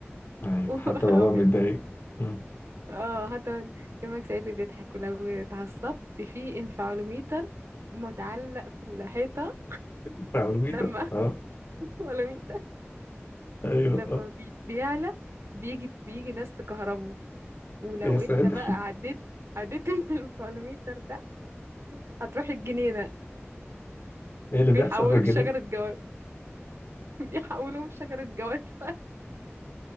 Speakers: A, on the left; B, on the right.
A: ايوه
B: <laughs>
A: حتى وهو
B: وبي-
A: متضايق مم.
B: اه حتى يومك سعيد وبيضحك ولو اتعصبت في انفعالوميتر متعلق في الحيطة
A: بتاع الويتر
B: لما
A: اه
B: <laughs> انفعالوميتر
A: ايوه
B: لما
A: اه
B: بي- بيعلى بيجي بيجي ناس تكهربه ولو
A: يا ساتر
B: انت بقى عديت عديت <laughs> الفالوميتر ده هتروح الجنينة
A: ايه اللي
B: بيحولوك
A: بيحصل في الجنيه
B: شجرة جواب بيحولوهم شجرة جواب <laughs>